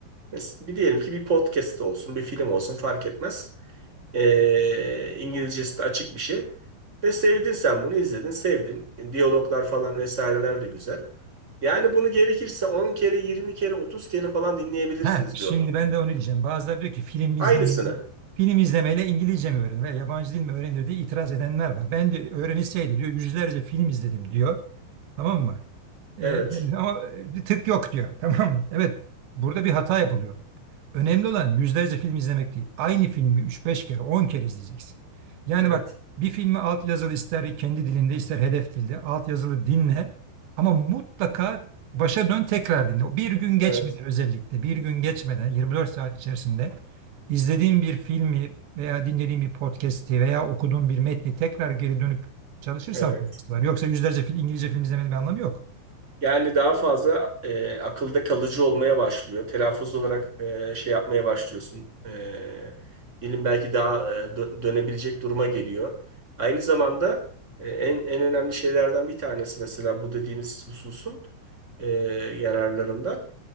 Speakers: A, on the right; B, on the right.
A: Mes- Bir diyelim ki bir podcast olsun bir film olsun fark etmez. Ee, İngilizcesi de açık bir şey. Ve sevdin sen bunu izledin, sevdin. Diyaloglar falan vesaireler de güzel. Yani bunu gerekirse 10 kere, 20 kere, 30 kere falan dinleyebilirsiniz
B: Ha, şimdi
A: diyor.
B: ben de onu diyeceğim. Bazıları diyor ki film izlemeyle,
A: Aynısını.
B: film izlemeyle İngilizce mi öğrenir veya yabancı dil mi öğrenir diye itiraz edenler var. Ben de öğrenilseydi diyor yüzlerce film izledim diyor. Tamam mı? Ee,
A: Evet,
B: <laughs> ama e, bir tık yok diyor. <laughs> Tamam mı? Evet burada bir hata yapılıyor. Önemli olan yüzlerce film izlemek değil. Aynı filmi üç beş kere 10 kere izleyeceksin. Yani
A: evet,
B: bak bir filmi altyazılı ister kendi dilinde ister hedef dilde altyazılı dinle ama mutlaka Başa dön tekrar dinle. O Bir gün geçmeden
A: evet,
B: özellikle bir gün geçmeden 24 saat içerisinde izlediğin bir filmi veya dinlediğin bir podcast'i veya okuduğun bir metni tekrar geri dönüp çalışırsan
A: evet.
B: faydası var. Yoksa yüzlerce fil, İngilizce film izlemenin bir anlamı yok.
A: Yani daha fazla e, akılda kalıcı olmaya başlıyor. Telaffuz olarak e, şey yapmaya başlıyorsun. E, dilin belki daha e, dö- dönebilecek duruma geliyor. Aynı zamanda e, en en önemli şeylerden bir tanesi mesela bu dediğimiz hususun e, yararlarından